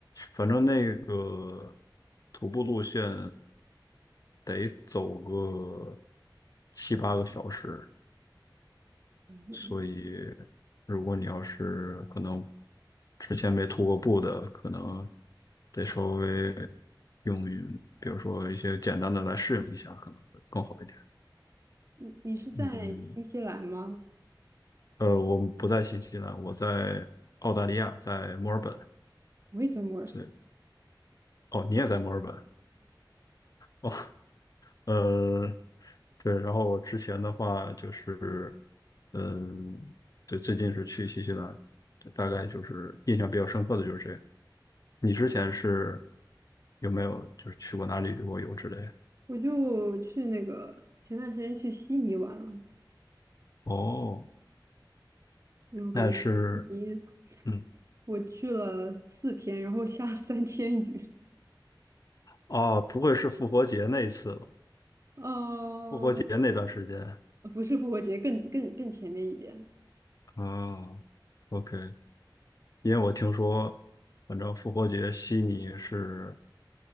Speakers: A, on the left; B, on the right.
A: 反正那个徒步路线得走个七八个小时，
B: <laughs>
A: 所以如果你要是可能之前没涂过布的，可能得稍微用于，比如说一些简单的来适应一下，可能会更好一点。
B: 你你是在新西兰吗？
A: 嗯，呃，我们不在新西兰，我在澳大利亚，在墨尔本。
B: 我也在墨尔本，
A: 所以，哦，你也在墨尔本？哦。呃，对，然后我之前的话就是，嗯，对，最近是去新西兰，对大概就是印象比较深刻的就是这个。你之前是有没有就是去过哪里旅过游之类的？
B: 我就去那个前段时间去悉尼玩了。
A: 哦，
B: 然后感觉你
A: 那是，嗯，
B: 我去了四天，然后下了三天雨，
A: 哦，不会是复活节那一次吧？
B: 呃，
A: 复活节那段时间，
B: 不是复活节，更更更前面一点。
A: 啊，OK，因为我听说，反正复活节悉尼是。